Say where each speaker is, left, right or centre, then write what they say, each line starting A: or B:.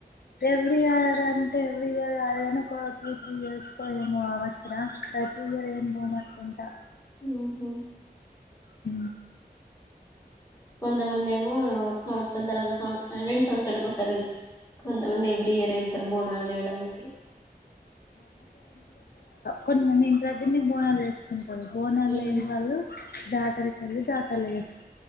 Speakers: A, on the left (about 70°); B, on the left (about 20°).
A: ఎవ్రీ ఇయర్ అంటే ఎవ్రీ ఇయర్ అదేనుకో టూ త్రీ ఇయర్స్కో ఏమో అవచ్చరా ప్రతి ఇయరు ఏన్ బా మతుంట అ
B: ఆహ
A: హ
B: కొంతమంది ఏమో ఒక సంవత్సరం తర్వాత సం రెండు సంవత్సరాలకు వస్తారు వెళ్తే కొంతమంది ఎవ్రీ ఇయర్ వెళ్తారు బోనాలు చేయడానికి
A: కొంత మంది ఇంటి దగ్గర ని బోనాలు చేేసుకు పల్పోన
B: ఉమ్
A: లేని వాళ్ళు జాతరకిళ దాతలు వేస్త